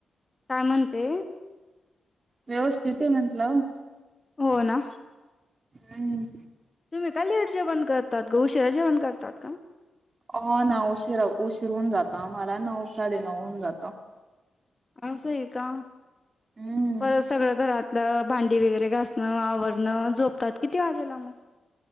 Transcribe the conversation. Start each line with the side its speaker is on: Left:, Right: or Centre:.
Left: काय म्हणते?
Right: व्यवस्थित हे म्हंटलं.
Left: हो ना.
Right: हम्.
Left: तुम्ही का लेट जेवण करतात ग उशिरा जेवण करतात का?
Right: हो ना उशीरा उशीरहून जात आम्हाला नऊ साडे नऊ हून जात.
Left: असं आहे का
Right: हम्म
Left: परत सगळ घरात ल भांडी वगैरे घासणं आवरणं, झोपतात किती वाजेला मग?